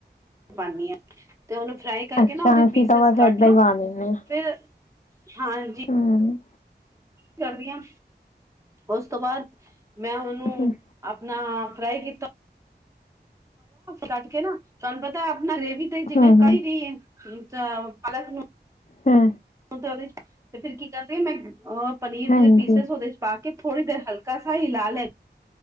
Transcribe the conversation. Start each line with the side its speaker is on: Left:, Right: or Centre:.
Right: ਪਾਉਂਦੀ ਹਾਂ ਤੇ ਉਹਨੂੰ ਫਰਾਈ ਕਰਕੇ
Left: ਅੱਛਾ
Right: ਨਾ ਉਹਦੇ
Left: ਅਸੀਂ
Right: ਪੀਸਿਸ
Left: ਤਾਂ ਬਸ
Right: ਕੱਟ
Left: ਏਦਾਂ
Right: ਲੋ
Left: ਹੀ ਪਾ ਦਿੰਦੇ ਹਾਂ
Right: ਫੇਰ ਹਾਂਜੀ
Left: ਹਮ
Right: ਕਰਦੀਆਂ ਉਸ ਤੋਂ ਬਾਅਦ ਮੈਂ ਉਹਨੂੰ
Left: ਹਮ
Right: ਆਪਣਾ ਫਰਾਈ ਕੀਤਾ ਕੱਟ ਕੇ ਨਾ ਤੁਹਾਨੂੰ ਪਤਾ ਆਪਣਾ ਰੇਵੀ ਤੇ ਜਿਵੇਂ
Left: ਹਮ
Right: ਕਹੀ
Left: ਹਮ
Right: ਰਹੀਏ ਪਾਲਕ ਨੂੰ
Left: ਹੂੰ
Right: ਉਹਦੇ ਚ ਤੇ ਫੇਰ ਕੀ ਕਰਦੇ ਮੈਂ ਅਹ ਪਨੀਰ
Left: ਹਾਂਜੀ
Right: ਦੇ ਪੀਸ ਉਹਦੇ ਚ ਪਾ ਕੇ ਥੋੜੀ ਦੇਰ ਹਲਕਾ ਸ ਹੀਲਾ ਲੈ